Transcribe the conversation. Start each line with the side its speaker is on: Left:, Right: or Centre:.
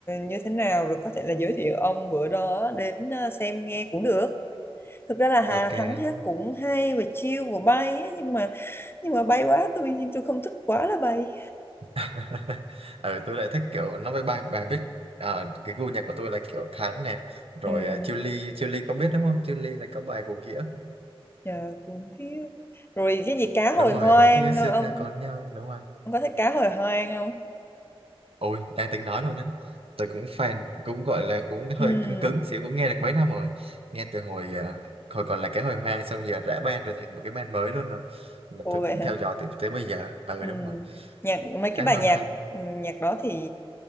Left: như thế nào rồi có thể là giới thiệu ông bữa đó đến ờ, xem nghe cũng được thực ra là Hà
Right: ok.
Left: Thắng hát cũng hay và chill và bay ấy, nhưng mà nhưng mà bay quá tôi tôi không thích quá là bay
Right: <laughs> Ờ, tôi lại thích kiểu nó bài bài bài biết Ờ, cái gu nhạc của tôi là kiểu Thắng nè, rồi
Left: ừ,
Right: uh, Chillies, Chillies có biết đúng không? Chillies là có bài vô nghĩa.
Left: yeah, cũng khiếp rồi cái gì cá hồi
Right: đúng rồi
Left: hoang
Right: cũng kia xưa
Left: ông
Right: ta có nhau đúng rồi
Left: Ông có thích cá hồi hoang không?
Right: ôi đang tính nói luôn đấy tôi cũng fan cũng gọi là cũng hơi
Left: Ừ,
Right: cứng cứng xíu cũng nghe được mấy năm rồi nghe từ hồi ờ, hồi còn là cái hồi hoang xong giờ rã band rồi thành một cái band mới luôn rồi là
Left: ồ
Right: tôi
Left: vậy
Right: cũng
Left: hả?
Right: theo dõi tới, tới bây giờ à ừ,
Left: Ừ.
Right: đúng rồi
Left: Nhạc mấy cái
Right: cái
Left: bài
Right: hồi
Left: nhạc
Right: hoang
Left: ừ, nhạc đó thì